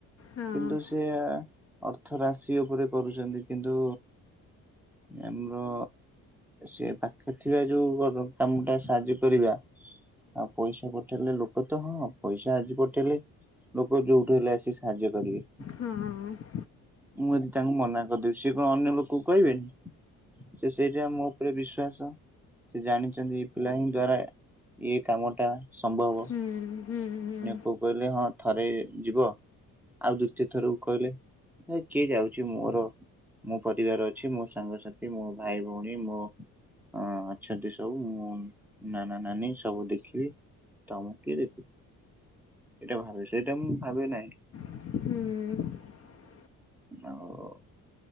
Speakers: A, on the left (about 40°); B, in the centre.
A: ହଁ
B: କିନ୍ତୁ ସିଏ। ଅର୍ଥ ରାଶି ଉପରେ କରୁଛନ୍ତି କିନ୍ତୁ ଆମର। ସେ ପାଖରେ ଥିବା ଯୋଉ କାମ ଟା ସାହାଯ୍ୟ କରିବା। ଆଉ ପଇସା ପଠେଇଲେ ଲୋକ। ତ ହଁ ପଇସା ଆଜି ପଠେଇଲେ ଲୋକ ଯୋଉଠୁ ହେଲେ ଆସିିକି ସାହାଯ୍ୟ କରିବେ।
A: ହଁଁ।
B: ମୁଁ ଯଦି ତାଙ୍କୁ ମନା କରିଦେବି ସେ କଣ ଅନ୍ୟ ଲୋକକୁ କହିବେନି। ସେ ସେଇଟା ମୋ ଉପରେ ବିଶ୍ଵାସ। ସେ ଜାଣିଛନ୍ତି ଏଇ ପିଲା ଙ୍କ ଦ୍ଵାରା ଇଏ କାମ ଟା ସମ୍ଭ
A: ହୁଁ ହୁଁ ହୁଁ।
B: କୋଉ କହିଲେ ହଁ ଥରେ ଯିବ ଆଉ ଦ୍ୱିତୀୟ ଥରକୁ କହିଲେ। ହେ କିଏ ଯାଉଛି ମୋର। ମୋ ପରିବାର ଅଛି ମୋ ସାଙ୍ଗସାଥି ମୋ ଭାଇ ଭଉଣୀ ମୋ। ହଁ ଅଛନ୍ତି ସବୁ ମୁଁ ନାନା ନାନୀ ସବୁ ଦେଖିବି ତ। କିଏ ଦେଖେ ଏଇଟା ଭାବେ ସେଇଟା ମୁଁ ଭାବେ ନାହିଁ।
A: ହୁଁ।
B: ଆଉ